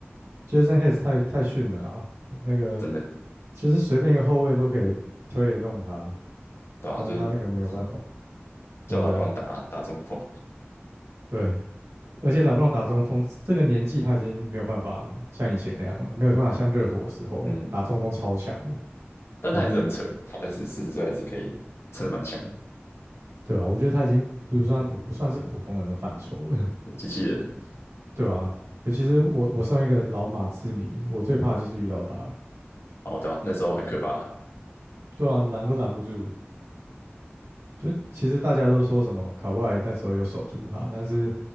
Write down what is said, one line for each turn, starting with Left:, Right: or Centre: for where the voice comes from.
Right: Jason Hayes 太太逊了啦，那个
Left: 真的，
Right: 其实随便一个后卫都可以推得动他，
Left: 对吧、
Right: 那他那个没有办法，
Left: 就是 <laughs> 哼
Right: 真的。
Left: 叫他不让打打中锋，
Right: 对，而且拉布朗打中锋，这个年纪他已经没有办法像以前那样了，没有办法像热火的时候打中锋超强的，
Left: 嗯，但他还是很扯，
Right: 对
Left: 他还是四十岁还是可以，撑的蛮强的，
Right: 对吧、我觉得他已经不算普不算是普通人的范畴了，
Left: 机器人。
Right: <laughs> 对吧、尤其是我我身为一个老马刺迷，我最怕的就是遇到他，
Left: 哦，对啊，那时候很可怕，
Right: 对啊，拦都拦不住。就其实大家都说什么卡哇伊那时候有守住他，但是